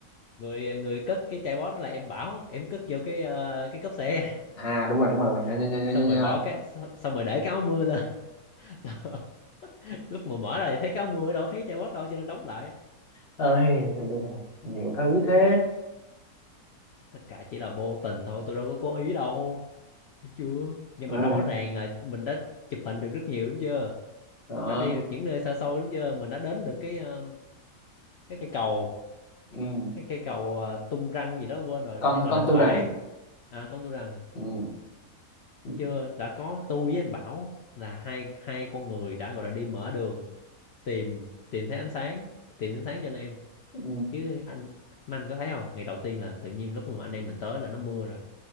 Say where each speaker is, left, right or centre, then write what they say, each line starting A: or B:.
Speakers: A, on the left; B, on the left.
A: người, người cất cái chai bót đó là em bảo em cất vô cái ờ, cái cốp xe
B: à đúng rồi đúng rồi đúng rồi
A: <laughs>
B: nhớ nhớ nhớ nhớ
A: xong
B: nhớ nhớ.
A: rồi bỏ cái xong xong rồi để cái áo mưa lên <laughs> lúc mà mở ra thì thấy cái áo mưa đâu thấy chai bót đâu cho nên đóng lại
B: ơi bây giờ nhiều thứ thế
A: tất cả chỉ là vô tình thôi tôi đâu có cố ý đâu thấy chưa nhưng
B: ừ.
A: mà rõ ràng là mình đã chụp hình được rất nhiều đúng chưa
B: đó
A: đã đi được những nơi xa xôi đúng chưa mình đã đến được cái ờ, cái cây cầu
B: ừ.
A: cái cây cầu ờ, tung răng gì đó quên rồi
B: con
A: nhưng mà
B: con
A: đỉnh
B: tu
A: vãi
B: rằng
A: à công tôi rằng
B: ừ. Ừ.
A: thấy chưa đã có tôi với anh Bảo là hai hai con người đã gọi là đi mở đường tìm tìm thấy ánh sáng tìm ánh sáng cho anh em
B: Ừ.
A: chứ anh mà anh có thấy không ngày đầu tiên là tự nhiên lúc mà anh em mình tới là nó mưa rồi